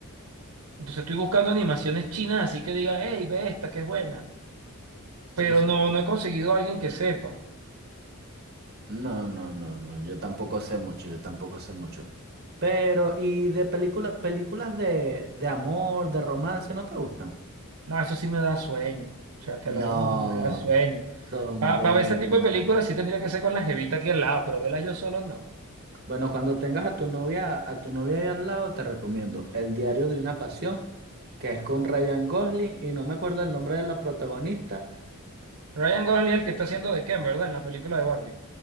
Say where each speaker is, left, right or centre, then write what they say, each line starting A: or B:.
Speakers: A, on the right (about 85°); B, on the right (about 45°).
A: Entonces estoy buscando animaciones chinas, así que digan, hey, ve esta, que es buena. Pero
B: Sí, sí.
A: no, no he conseguido a alguien que sepa.
B: No, no, no, no. Yo tampoco sé mucho, yo tampoco sé mucho. Pero, ¿y de películas, películas de, de amor, de romance, no te gustan?
A: No, eso sí me da sueño. O sea, te
B: No,
A: lo digo, me da sueño.
B: son
A: Para
B: buenas.
A: ver este tipo de películas sí tendría que ser con la jevita aquí al lado, pero verla yo solo no.
B: Bueno, cuando tengas a tu novia, a tu novia ahí al lado, te recomiendo El diario de una pasión, que es con Ryan Gosling, y no me acuerdo el nombre de la protagonista.
A: Ryan Gosling, es el que está haciendo de Ken, ¿verdad? En la película de Barbie.